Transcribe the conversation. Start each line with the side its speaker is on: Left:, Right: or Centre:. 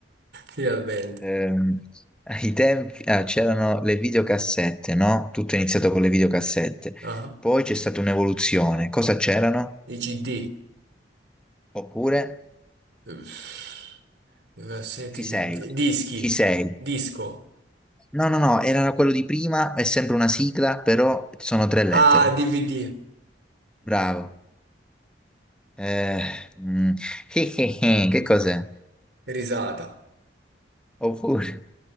Right: Finalmente.
Centre: Ehm, ai tempi ah, c'erano le videocassette, no? Tutto è iniziato con le videocassette.
Right: Ah,
Centre: Poi c'è stata un'evoluzione. Cosa c'erano?
Right: I CD.
Centre: Oppure
Right: Uff, Cassette,
Centre: ci
Right: CD.
Centre: sei,
Right: Dischi.
Centre: ci sei.
Right: Disco.
Centre: No, no, no, era quello di prima, è sempre una sigla, però sono tre lettere.
Right: Ah, DVD,
Centre: Bravo. Eh, mm, <laughs> che cos'è?
Right: risata,
Centre: Oppure...